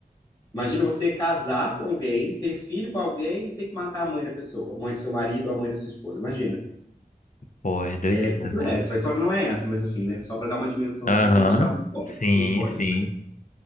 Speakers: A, on the left; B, on the left.
A: Imagina você casar com alguém, ter filho com alguém e ter que matar a mãe da pessoa, a mãe do seu marido ou a mãe da sua esposa. Imagina,
B: Pô, é doideira,
A: é complexo.
B: velho.
A: A história não é essa, mas assim, né? Só para dar uma dimensão
B: Aham.
A: assim, sem te dar um spoiler,
B: Sim,
A: um spoiler,
B: sim.
A: né?